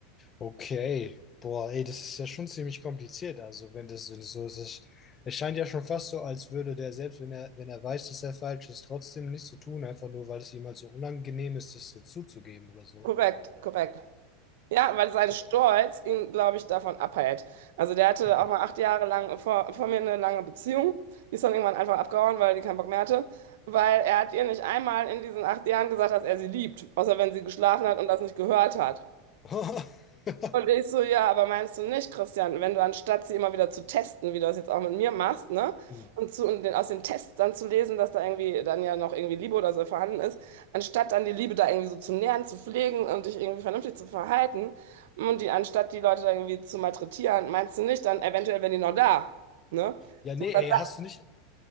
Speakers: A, on the left (about 20°); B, on the right (about 70°).
A: Okay, boah, ey, das ist ja schon ziemlich kompliziert. Also, wenn das so so ist, es es scheint ja schon fast so, als würde der selbst, wenn er, wenn er weiß, dass er falsch ist, trotzdem nichts zu tun, einfach nur, weil es ihm halt so unangenehm ist, das so zuzugeben oder so.
B: Korrekt, korrekt. Ja, weil sein
A: Boah.
B: Stolz ihn, glaube ich, davon abhält. Also der hatte
A: Mhm.
B: auch mal acht Jahre lang vor, vor mir eine lange Beziehung. Die ist dann irgendwann einfach abgehauen, weil die keinen Bock mehr hatte. Weil er hat ihr nicht einmal in diesen acht Jahren gesagt, dass er sie liebt. Außer wenn sie geschlafen hat und das nicht gehört hat.
A: Boah. <laughs>
B: Und ich so, ja, aber meinst du nicht, Christian, wenn du anstatt sie immer wieder zu testen, wie du das jetzt auch mit mir machst, ne?
A: Hm.
B: Und, zu, und den, aus den Tests dann zu lesen, dass da irgendwie dann ja noch irgendwie Liebe oder so vorhanden ist, anstatt dann die Liebe da irgendwie so zu nähren, zu pflegen und dich irgendwie vernünftig zu verhalten und die anstatt die Leute da irgendwie zu malträtieren, meinst du nicht, dann eventuell wären die noch da, ne?
A: Ja, nee,
B: So, dann,
A: ey,
B: sagt-
A: hast du nicht,